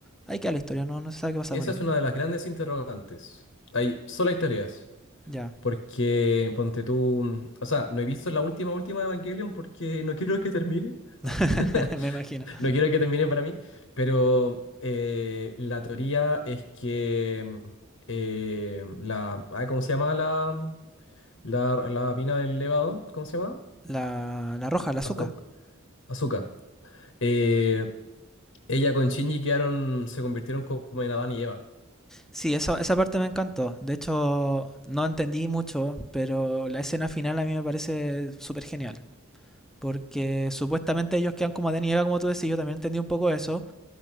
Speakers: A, in the centre; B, on the left (about 75°).
A: ahí queda la historia, no, no se sabe qué pasa
B: esa
A: con él.
B: es una de las grandes interrogantes. Hay, solo hay teorías.
A: Ya,
B: Porque, ponte tú, o sea, no he visto la última, última Evangelion porque no quiero que termine.
A: <laughs>
B: Ah,
A: me imagino.
B: <laughs> no quiero que termine para mí, pero eh, la teoría es que eh, la, ah, ¿cómo se llama la, la, la mina del levado? ¿Cómo se llama?
A: La, la roja, la azúcar.
B: Azu- Azuka. Eh, ella con Shinji quedaron, se convirtieron como en Adán y Eva.
A: Sí, eso, esa parte me encantó. De hecho, no entendí mucho, pero la escena final a mí me parece súper genial. Porque supuestamente ellos quedan como Adán y Eva, como tú decís, yo también entendí un poco eso